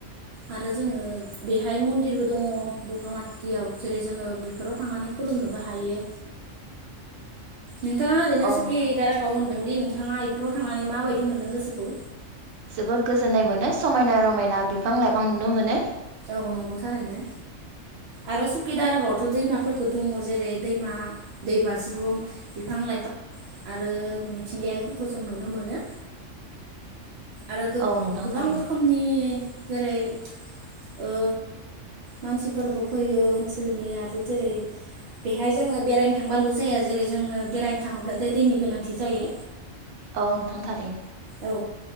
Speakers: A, on the right (about 65°); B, on the right (about 85°).
A: आरो जोङो बेहाय मन्दिरबो दङ बगामाथियाव जेरै जोङो बेफोराव थांनानै खुलुमनोबो हायो। नोंथाङा ओरैनो
B: औ
A: सुखि
B: नोंथां
A: दाागाव होनदों। नोंदि नोंथाङा बेफोराव थांनानै माबायदि मोन्दों गोसोखौ?
B: जोबोद गोजोननाय मोनो समायना रमायना बिफां लाइफां नुनो मोनो।
A: औ नंगौ थारैनो आरो सुखि दारागावथ दैमाफोर दङ जेरै दैमा दै बाज्रुम बिफां लाइफां आरो मिथिंगायारिफोरखौ जों नुनो मोनो। आरो गोब
B: औ नोंथां
A: गोबां
B: थारैनो
A: रोखोमनि जेरै ओ मानसिफोरबो फैयो ओनसोलनि आरो जेरै बेहाय जोङो बेरायनो थांबाल जाया जेरै जोंनो बेरायनो थाङोब्ला दै दैनि गोनांथि जायो।
B: औ नोंथां थारैनो।
A: औ